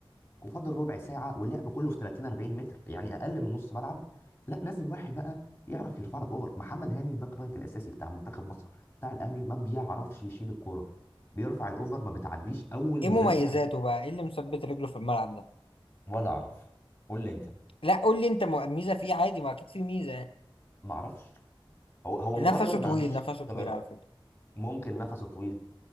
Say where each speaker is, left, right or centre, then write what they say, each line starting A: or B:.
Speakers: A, on the left (about 20°); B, on the left (about 75°).
A: وفاضل ربع ساعه واللعب كله في 30 40 متر يعني اقل من نص ملعب لا نزل واحد بقى يعرف يرفع لك اوفر محمد هاني الباك رايت الاساسي بتاع منتخب مصر بتاع الاهلي ما بيعرفش يشيل الكوره بيرفع الاوفر ما بتعديش اول
B: ايه
A: مدافع
B: مميزاته بقى ايه اللي مثبت رجله في الملعب ده
A: ولا اعرف قول لي انت
B: لا قول لي انت م- ميزه فيه عادي ما اكيد في ميزه يعني
A: ما اعرفش هو هو
B: نفسه
A: مجرد
B: طويل
A: ما عندوش
B: نفسه طويل
A: ثغرات
B: على فكره
A: ممكن نفسه طويل